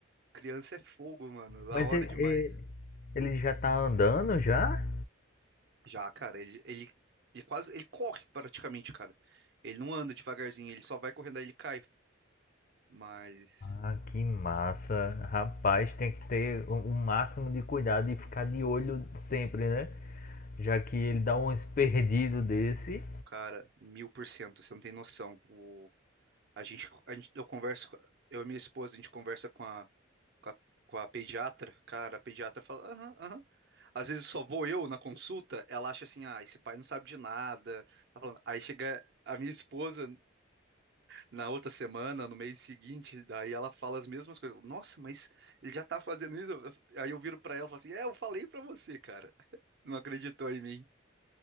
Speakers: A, on the right; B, on the left.
A: Criança é fogo, mano. Da
B: Mas
A: hora
B: ele,
A: demais.
B: ele já tá andando já?
A: Já, cara, ele, ele, ele quase, ele corre praticamente, cara. Ele não anda devagarzinho, ele só vai correndo, aí ele cai. Mas
B: Ah, que massa. Rapaz, tem que ter o o máximo de cuidado e ficar de olho sempre, né? Já que ele dá uns perdidos desse,
A: Cara, mil por cento, você não tem noção. O, a gente, a gente, eu converso, com- eu e minha esposa, a gente conversa com a, com a, com a pediatra. Cara, a pediatra fala, aham, aham. Às vezes só vou eu na consulta, ela acha assim, ah, esse pai não sabe de nada. Tá falando. Aí chega a minha esposa na outra semana, no mês seguinte, daí ela fala as mesmas coisas. Nossa, mas ele já tá fazendo isso? Aí eu viro pra ela e falo assim, é, eu falei pra você, cara. Não acreditou em mim.